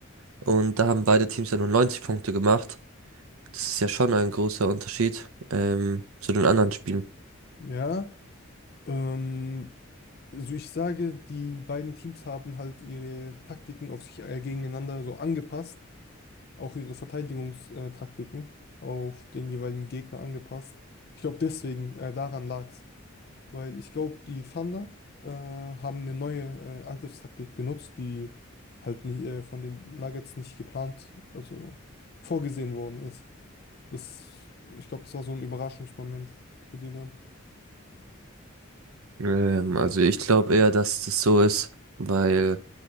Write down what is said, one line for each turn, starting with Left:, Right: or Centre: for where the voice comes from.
Right: Und da haben beide Teams ja nur 90 Punkte gemacht. Das ist ja schon ein großer Unterschied, ähm, zu den anderen Spielen.
Left: Ja, Ähm, also ich sage, die beiden Teams haben halt ihre Taktiken auf sich äh, gegeneinander so angepasst, auch ihre Verteidigungstaktiken auf den jeweiligen Gegner angepasst. Ich glaube, deswegen äh, daran lag's, weil ich glaube, die Thunder äh, haben eine neue äh, Angriffstaktik benutzt, die halt nicht, äh, von den Nuggets nicht geplant, also vorgesehen worden ist. Das, ich glaube, das war so ein Überraschungsmoment für die dann.
Right: Ähm, also ich glaube eher, dass das so ist, weil,